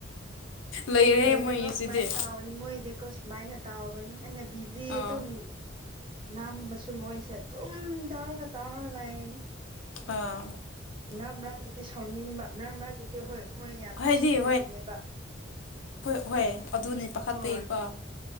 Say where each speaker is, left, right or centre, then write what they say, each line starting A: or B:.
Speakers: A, on the left; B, on the right.
A: ꯂꯩꯔꯦ
B: ꯂꯣꯏꯇꯤꯐꯥꯎ
A: ꯃꯣꯏꯒꯤꯁꯤꯗꯤ
B: ꯁꯨꯃꯥꯏ ꯇꯧ ꯃꯣꯏꯗꯤꯀꯣ ꯁꯨꯃꯥꯏꯅ ꯇꯥꯎꯕꯅꯤ ꯑꯩꯅ ꯕꯤꯖꯤ
A: ꯑꯥ
B: ꯑꯗꯨꯝ ꯅꯥꯝ ꯃꯁꯨꯨꯝ ꯃꯣꯏꯁꯦ ꯑꯗꯨꯝ ꯌꯥꯎꯔꯒ ꯇꯥꯎꯔꯒ ꯂꯥꯏꯒꯅꯤ
A: ꯑꯥ
B: ꯃꯔꯛ ꯃꯔꯛꯇꯗꯤ ꯁꯥꯎꯅꯤꯡꯕ ꯃꯔꯛ ꯃꯔꯛꯇꯗꯤ ꯠꯇꯦ ꯍꯣꯏ ꯃꯣꯏ ꯌꯥꯝ ꯅꯨꯡꯁꯤꯕꯒꯤꯅꯦꯕ
A: ꯍꯥꯏꯗꯤ ꯍꯍꯣꯏ ꯑꯗꯨꯅꯦ ꯄꯥꯈꯠꯄꯩ
B: ꯍꯣꯏ
A: ꯀꯣ